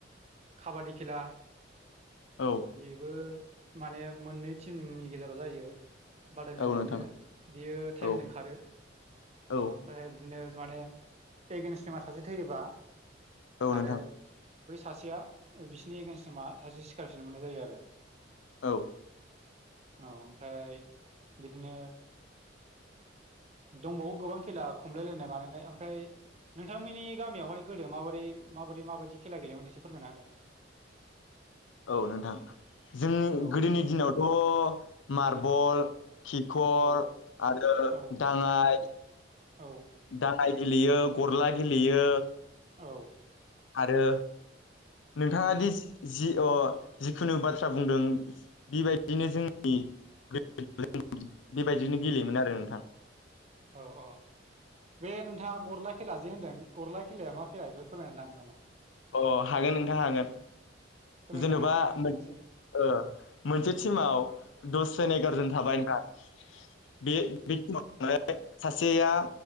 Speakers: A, on the right; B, on the left.
A: खाबादि खेला
B: औ
A: बेबो। माने मोननै टिमनि गेजेराव जायो। बादायलायनाय
B: औ नोंथां
A: बियो बियो टाइमजों
B: औ
A: खारो
B: औ
A: ओमफ्रायहाय बिदिनो माने एगेन्स थिमा सासे थैयोबा।
B: औ
A: आरो
B: नोंथां।
A: बै सासेया बिसोरनि एगेन्स्टनि मा सासे सिखारफिननो मोननाय जायो आरो।
B: औ।
A: औ ओमफ्राय बिदिनो दंबावो गोबां खेला खमलायलायनाय मालायनाय ओमफ्राय नोंथांमोननि गामियावहाय गोदो माबोरै माबोरै माबायदि खेला गेलेयोमोन एसे फोरमायना होदो।
B: औ नोंथां जोंनि
A: होदो
B: गोदोनि दिनावथ' मार्बल। खिखर
A: औ
B: आरो
A: औ
B: दाङाय
A: औ
B: दा माइ गेलेयो गरला गेलेयो।
A: औ।
B: आरो नोंथाङा दि जि अ जिखुनु बाथ्रा बुंदों बिबायदिनो जोंनि <unintelligible> बेबायदिनो गेलेयोमोन आरो नोंथां।
A: औ औ। बे नोंथाङा गरला खेला जे होनदों गरला खेलाया मा खेला बेखौ फोरमायनो नागोन नामा?
B: अ हागोन नोंथां हागोन।
A: फोरमायना
B: जेन'बा
A: होलाय एसे नोंथां एसे ।
B: ओ मोनसे टिमाव दसजोन एगार'जन
A: उम
B: थाबाय नोंथां। बे बे समावनो सासेया